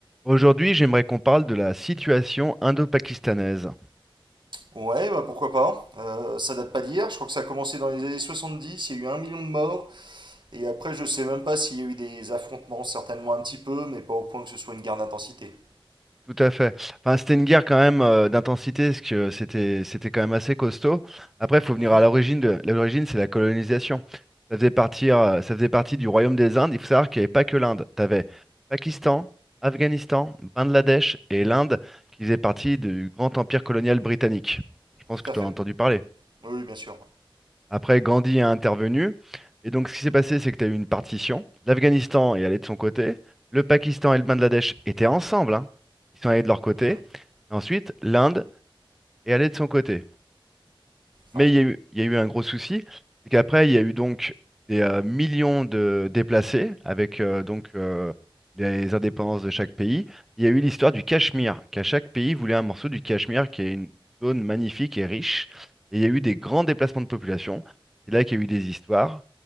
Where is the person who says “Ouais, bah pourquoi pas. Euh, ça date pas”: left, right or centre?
Right